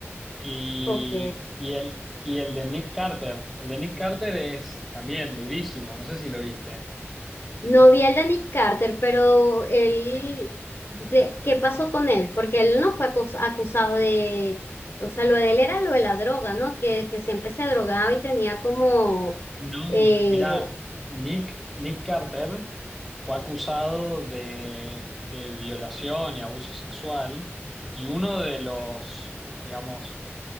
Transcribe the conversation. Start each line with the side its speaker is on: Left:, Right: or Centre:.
Centre: y,
Left: ok.
Centre: y el, y el de Nick Carter. El de Nick Carter es también durísimo, no sé si lo viste.
Left: No vi el de Nick Carter, pero él, de- ¿qué pasó con él? Porque él no fue acus- acusado de, o sea, lo de él era lo de la droga, ¿no? Que, que siempre se drogaba y tenía como,
Centre: No,
Left: eh,
Centre: mira, Nick, Nick Carter fue acusado de, de violación y abuso sexual y uno de los, digamos,